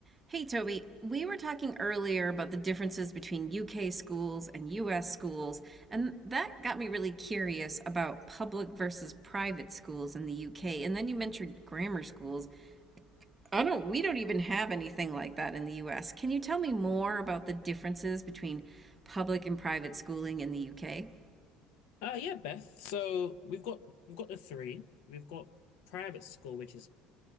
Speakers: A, on the right (about 15°); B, on the left (about 75°).
A: Hey, Toby, we were talking earlier about the differences between UK schools and US schools, and that got me really curious about public versus private schools in the UK. And then you mentioned grammar schools. I don't, we don't even have anything like that in the US. Can you tell me more about the differences between public and private schooling in the UK?
B: Uh yeah, Beth. So we've got we've got the three. We've got private school, which is